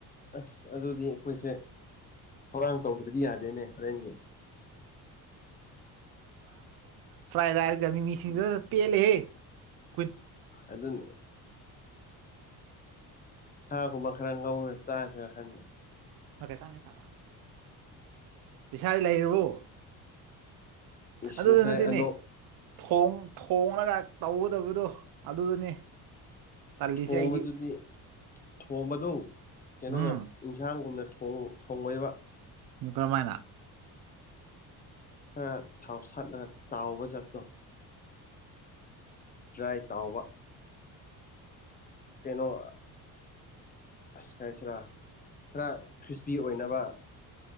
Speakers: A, on the left; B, on the right.
A: ꯑꯁ ꯑꯗꯨꯗꯤ ꯑꯩꯈꯣꯏꯁꯦ ꯊꯧꯔꯥꯡ ꯇꯧꯗ꯭ꯔꯗꯤ ꯌꯥꯗꯦꯅꯦ ꯍꯣꯔꯦꯟꯒꯤ
B: ꯐ꯭ꯔꯥꯏ ꯔꯥꯏꯁꯒ ꯃꯤꯃꯤꯁꯤꯡꯖꯨ ꯗꯨꯗꯤ ꯄꯦꯜꯂꯦꯍꯦ ꯀꯨꯏꯟ
A: ꯑꯗꯨꯅꯦ ꯁꯥꯒꯨꯝꯕ ꯈꯔ ꯉꯧꯔ ꯆꯥꯁꯤꯔ ꯈꯪꯗꯦ
B: ꯐꯔꯦ ꯀꯥꯏꯅꯦ ꯈꯔꯥ <unintelligible> ꯄꯁꯥꯗꯤ ꯂꯩꯔꯕꯣ
A: ꯏꯁ
B: ꯑꯗꯨꯒꯤ
A: ꯉꯁꯥꯏ
B: ꯅꯠꯇꯦꯅꯦ
A: ꯑꯅꯣꯛ
B: ꯊ ꯊꯣꯡꯅꯒ ꯇꯧꯒꯗꯕꯗꯣ ꯑꯗꯨꯗꯅꯤ ꯇꯜꯂꯤꯁꯦ
A: ꯊꯣꯡꯕꯗꯨꯗꯤ
B: ꯑꯩꯗꯤ
A: ꯊꯣꯕꯗꯨ ꯀꯩꯅꯣꯅ
B: ꯎꯝ
A: ꯏꯟꯁꯥꯡꯒꯨꯝꯅ ꯊꯣꯡꯂꯛꯕ
B: ꯅꯨꯇ꯭ꯔꯃꯥꯏꯅ
A: ꯈꯔ ꯊꯥꯎꯁꯠꯂꯒ ꯇꯥꯎꯕ ꯖꯥꯠꯇꯣ ꯇ꯭ꯔꯥꯏ ꯇꯥꯎꯕ ꯀꯩꯅꯩꯅꯣ ꯑꯁ ꯈꯥꯏꯁꯤꯔꯥ ꯈꯔ ꯈ꯭ꯔꯤꯁꯄꯤ ꯑꯣꯏꯅꯕ